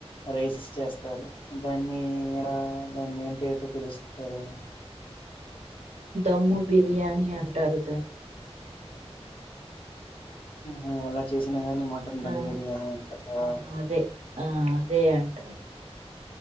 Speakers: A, on the left; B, on the right.
A: రైస్ చేస్తారు దాన్ని ఇడ దాన్ని ఏ పేరుతో పిలుస్తారు.
B: అమ్ము బిర్యానీ అంటారు దాని
A: ఆహా అలా చేసినా గానీ మటన్ ధన్
B: ఆ
A: బిర్యానీ అంటుందా.
B: ఆ అదే ఆ అదే అంటారు